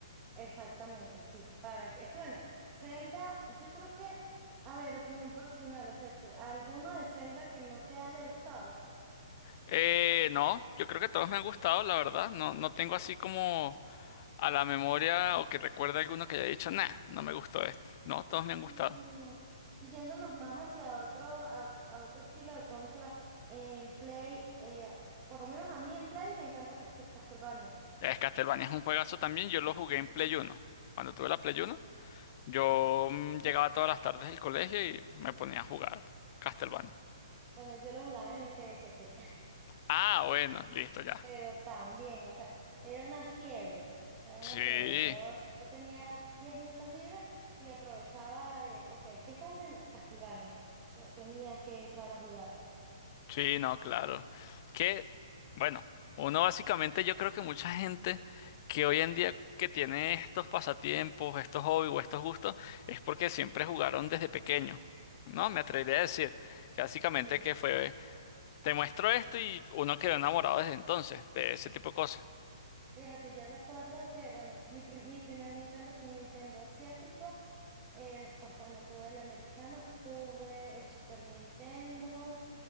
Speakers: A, on the right (about 25°); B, on the left (about 40°).
A: Exactamente, sí. Para que, es que bueno, Zelda, yo creo que, a ver, opinión personal, o sea, tú- alguno de Zelda que no te haya gustado.
B: Eh, no, yo creo que todos me han gustado, la verdad, no, no tengo así como a la memoria o que recuerde alguno que haya dicho, nah, no me gustó este. No, todos me han
A: Y,
B: gustado.
A: y yéndonos más hacia otro, a, a otro estilo de consola, en Play, eh, por lo menos a mí en Play me encanta Castel- Castlevania.
B: Es Castlevania es un juegazo también. Yo lo jugué en Play Uno. Cuando tuve la Play Uno, yo mm, llegaba todas las tardes del colegio y me ponía a jugar Castlevania.
A: Bueno, yo lo jugaba en el PSP.
B: Ah, bueno, listo ya.
A: pero también, o sea, era una fiebre, o sea, era
B: Sí,
A: una fiebre. Yo tenía 10 minutos libres y aprovechaba de, ok, ¿qué estás haciendo? Castlevania. O sea, tenía que entrar a jugar.
B: sí, no, claro. Es que, bueno, uno básicamente, yo creo que mucha gente que hoy en día que tiene estos pasatiempos, estos hobbies o estos gustos, es porque siempre jugaron desde pequeño. No, me atrevería a decir que básicamente
A: Sí,
B: que fue Te muestro esto y uno quedó enamorado desde entonces, de ese tipo de cosas.
A: fíjate, yo recuerdo que, bueno, mi, pri- mi primer Nintendo fue un Nintendo asiático. eh, después, bueno, tuve el americano, tuve el Super Nintendo.